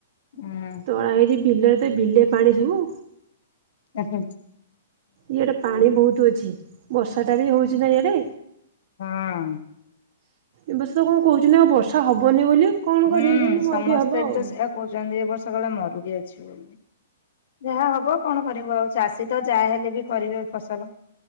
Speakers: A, on the left; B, on the right.
A: ହୁଁ।
B: ତଳା ହେଇଛି ବିଲରେ ତ ବିଲେ ପାଣି ସବୁ।
A: ଓହୋ
B: ଇଆଡ଼େ ପାଣି ବହୁତ ଅଛି ବର୍ଷାଟା ବି ହେଉଛି ନା ଇଆଡ଼େ।
A: ହଁ
B: ଏ ବର୍ଷ କଁ କହୁଚନ୍ତି ଆଉ ବର୍ଷା ହବନି ବୋଲି କଣ କରିବେ
A: ହୁଁ
B: କେଜାଣି
A: ସମସ୍ତେ
B: ମରୁଡି ହବ ଆଉ।
A: ବି ତ ସେ କହୁଚନ୍ତି ଏ ବର୍ଷ କାଳେ ମରୁଡି ଅଛିି ବୋଲି ଯାହା ହବ କଣ କରିବୁ ଆଉ ଚାଷୀ ତ ଯାହା ହେଲେ ବି କରିବେ ଫସଲ